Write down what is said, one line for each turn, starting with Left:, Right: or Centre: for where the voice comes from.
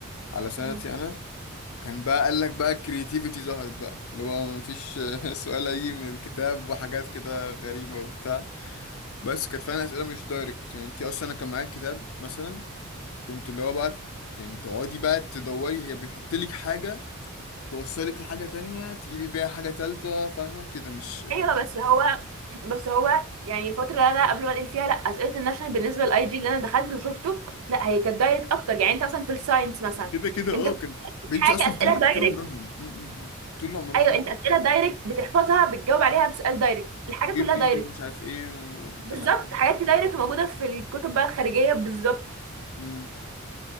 Left: على سنتي
Right: مم.
Left: انا كان بقى قال لك بقى الكرياتيفيتي ظهرت بقى اللي هو مفيش <laughs> سؤال هيجي من الكتاب وحاجات كده غريبة وبتاع بس كانت فعلا اسئلة مش دايركت يعني انت اصلا انا كان معايا كتاب مثلا كنت اللي هو بقى يعني تقعدي بقى تدوري هي بيحط لك حاجة توصلك لحاجة تانية تجيبي بيها حاجة تالتة فاهمة كده مش
Right: ايوه بس هو بس هو يعني الفتره اللي انا قبل ما انقل فيها لا اسئله الناشونال بالنسبه للاي جي اللي انا دخلته وشفته لا هي كانت دايركت اكتر يعني انت مثلا في الساينس مثلا
Left: كده كده اه
Right: انت كنت
Left: كان بنتي
Right: حاجه
Left: اصلا
Right: اسئله
Left: طول
Right: دايركت
Left: طول عمرهم م- م- م. طول عمرهم
Right: ايوه
Left: نفس
Right: انت اسئله دايركت بتحفظها بتجاوب عليها بسؤال دايركت الحاجه
Left: وجيف
Right: كلها
Left: ريزون
Right: دايركت
Left: مش عارف ايه الكلام
Right: بالظبط
Left: ده
Right: حاجات دي دايركت موجوده في الكتب بقى الخارجيه بالظبط
Left: مم.